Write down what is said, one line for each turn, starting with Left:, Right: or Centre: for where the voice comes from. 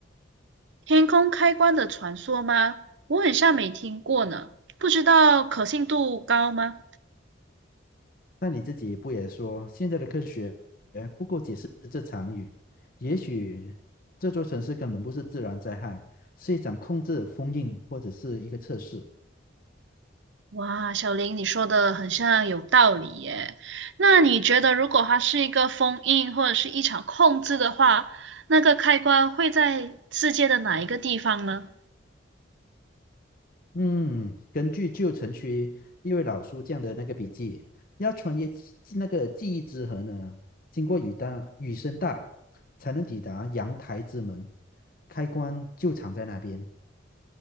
Right: 天空开关的传说吗？我很像没听过呢，不知道可信度高吗？
Left: 但你自己不也说现在的科学不够解释这场雨？也许这座城市根本不是自然灾害，是一场控制、封印或者是一个测试。
Right: 哇，小林，你说的很像有道理耶。那你觉得，如果它是一个封印或者是一场控制的话，那个开关会在世界的哪一个地方呢？
Left: 嗯，根据旧城区一位老书匠的那个笔记，要穿越记那个记忆之河呢，经过雨大雨声大，才能抵达阳台之门，开关就藏在那边。